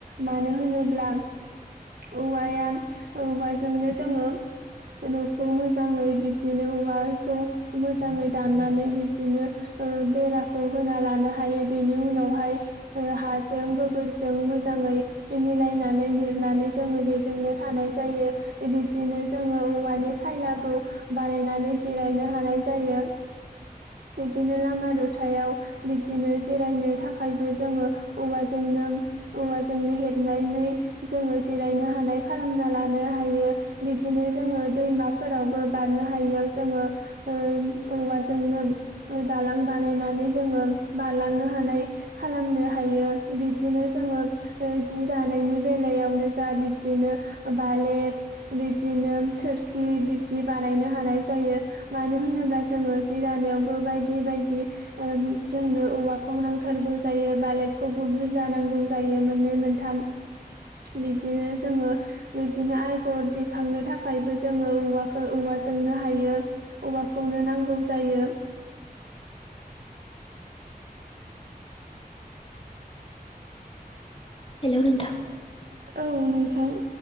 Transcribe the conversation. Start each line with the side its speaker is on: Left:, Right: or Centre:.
Right: मा नो होनोब्ला औवाया औवाजोंनो जोङो न'खौ मोजाङै बिब्दिनो औवाखौ मोजाङै दाननानै बिब्दिनो बेराखौ होना लानो हायो बेनि उनावहाय हाजों गोबोरजों मोजां मिलायनानै लिरनानै जोङो बेजोंनो थानाय जायो बिब्दिनो जोङो औवानि सानालाबो बानायनानै जिरायनो हानाय जायो। बिब्दिनो लामा द'थायाव बिब्दिनो जिरायनो थाखायबो जोङो औवाजों औवाजोंनो हेबनानै जोङो जिरायनो हानाय खालामना लानो हायो बिदिनो जोङो दैमाफोरावबो बारनो हायो। जोंओ ओ औवाजोंनो ओ दालां बानायनानै जोङो बारलांनो हानाय खालामनो हायो बिब्दिनो जोङो जि दानायनि बेलायावनो बिबदिनो बालेब बिबदिनो सोरखि बिबदि बानायनो हानाय जायो। मानो होनोब्ला जोङो जिरानायावबो बायदि बायदि ओ जोंनो औवाखौ नांथारगौ जायो बालेबखौबो बुरजा नांगौ जायो मोननै मोनथाम
Left: <inaudible>
Right: बिबदिनो जोङो बिब्दिनो आगर दिखांनो थाखायबो जोङो औवाखौ औवाजोंनो बाहायो औवाखौनो नांगौ जायो
Left: <inaudible> हेल' नोंथां
Right: औ नोंथां